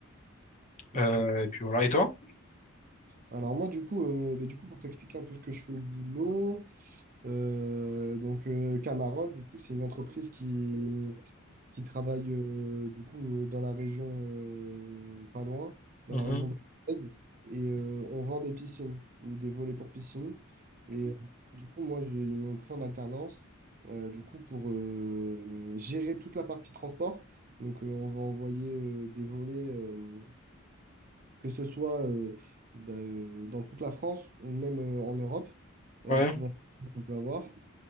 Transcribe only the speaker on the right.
Ok.
Alors moi du coup, euh, bah, du coup pour t'expliquer un peu ce que je fais au boulot, euh, donc euh, Camarol du coup c'est une entreprise qui, qui travaille euh, du coup euh, dans la région euh, pas loin, dans
la région bordelaise et euh, on vend des piscines ou des volets pour piscine et euh, du coup moi j'ai- ils m'ont pris en alternance euh, du coup pour euh, gérer toute la partie transport donc euh, on va envoyer euh, des volets euh, que ce soit euh, bah, euh, dans toute la France ou même euh, en Europe, euh,
suivant ce qu'on peut avoir.